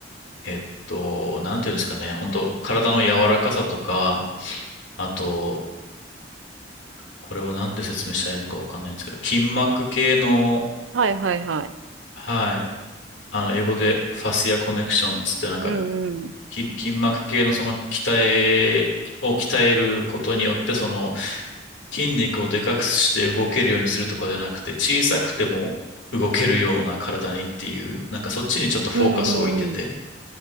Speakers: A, on the left; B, on the right.
A: えっと、なんていうんですかね、本当体の柔らかさとか、あと、これをなんて説明したらいいのかわかんないんですけど、筋膜系の、
B: はいはいはい。
A: はい、あの、英語でファシアコネクションつってなんか、
B: うんうん。
A: 筋、筋膜系のその鍛え、を鍛えることによって、その筋肉をでかくして動けるようにするとかじゃなくて、小さくても動けるような体にっていう、なんかそっちにちょっとフォーカスを置いてて、
B: うんうんうん。